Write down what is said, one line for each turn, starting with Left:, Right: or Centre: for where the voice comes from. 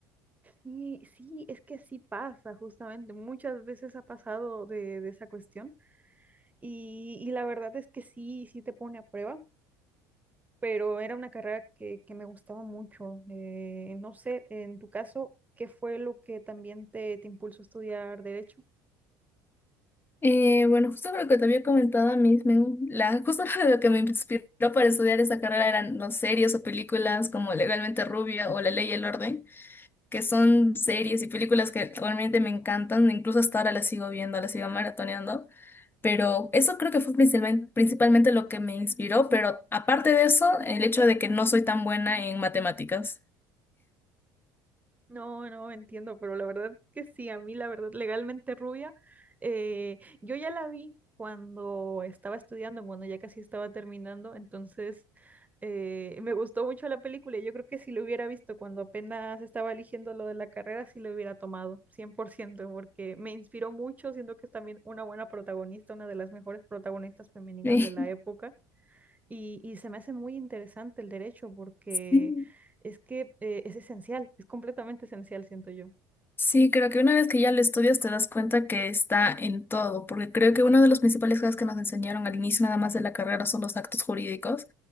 Right: Sí, sí, es que así pasa justamente. Muchas veces ha pasado de, de esa cuestión y, y la verdad es que sí, sí te pone a prueba. pero era una carrera que, que me gustaba mucho. Eh, no sé, en tu caso, ¿qué fue lo que también te, te impulsó a estudiar derecho?
Left: Eh, bueno, justo lo que te había comentado a mí, me- la, justo <laughs> lo que me inspiró para estudiar esa carrera eran las series o películas como Legalmente Rubia o La Ley y el Orden, que son series y películas que realmente me encantan, incluso hasta ahora las sigo viendo, las sigo maratoneando. Pero eso creo que fue principalmente, principalmente lo que me inspiró, pero aparte de eso, el hecho de que no soy tan buena en matemáticas.
Right: No, no entiendo, pero la verdad que sí, a mí la verdad, legalmente rubia, eh, yo ya la vi cuando estaba estudiando, cuando ya casi estaba terminando, entonces eh, me gustó mucho la película. y Yo creo que si lo hubiera visto cuando apenas estaba eligiendo lo de la carrera, sí lo hubiera tomado, 100% porque me inspiró mucho, siento que es también una buena protagonista, una de las mejores protagonistas femeninas
Left: <laughs>
Right: de la época. Y, y se me hace muy interesante el derecho porque
Left: Sí.
Right: es que eh, es esencial, es completamente esencial, siento yo.
Left: Sí, creo que una vez que ya lo estudias te das cuenta que está en todo, porque creo que uno de los principales cosas que nos enseñaron al inicio nada más de la carrera son los actos jurídicos.